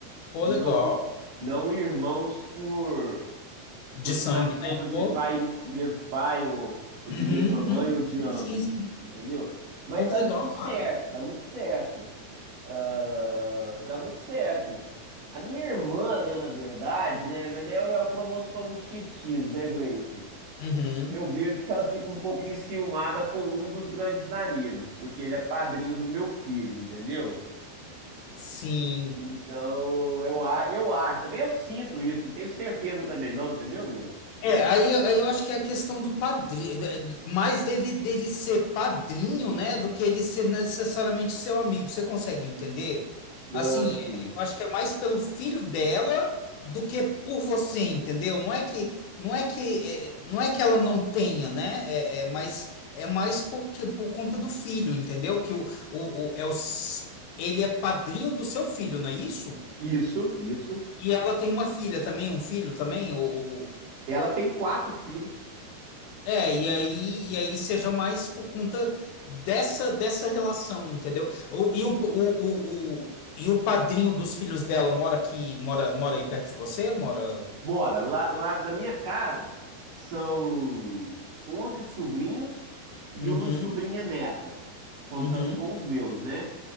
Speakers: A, on the left; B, on the right.
A: Pô,
B: não
A: legal.
B: não irmãos por
A: De
B: porque
A: sangue,
B: nascemos
A: né? Pô.
B: de pai, mesmo pai, ou, ou de
A: Uhum,
B: mesma mãe,
A: uhum.
B: ou de
A: Sim,
B: ambos,
A: sim, sim.
B: entendeu? Mas
A: Pô, que
B: dá
A: legal,
B: muito certo,
A: cara.
B: dá muito certo. Ah, dá muito certo. A minha irmã, né, na verdade, né, mas aí é o cromossomo XX, né, Gleison?
A: Uhum.
B: Eu vejo que ela fica um pouco enciumada com um dos grandes amigos, porque ele é padrinho do meu filho, entendeu?
A: Sim.
B: Então, eu, a- eu acho, também eu sinto isso, não tenho certeza também não, entendeu, Gleice?
A: É, aí, aí eu acho que é a questão do padrinho, mais dele, dele ser padrinho, né, do que ele ser necessariamente seu amigo. Você consegue entender? Assim,
B: Ah,
A: é,
B: sim.
A: eu acho que é mais pelo filho dela do que por você, entendeu? Não é que não é que é, não é que ela não tenha, né? É, é mais é mais porque por conta do filho, entendeu? Que o, o, o- é o, s- ele é padrinho do seu filho, não é isso?
B: Isso, isso.
A: E ela tem uma filha também, um filho também, ou...
B: Ela tem quatro filhos.
A: É, e aí, e aí seja mais por conta dessa dessa relação, entendeu? O, e, o, o, o, o- e o padrinho dos filhos dela mora aqui, mora, mora aí perto de você? Mora.
B: Mora lá, lá na minha casa são 11 sobrinhos e
A: Uhum,
B: uma sobrinha neta, contando
A: uhum,
B: com os meus, né?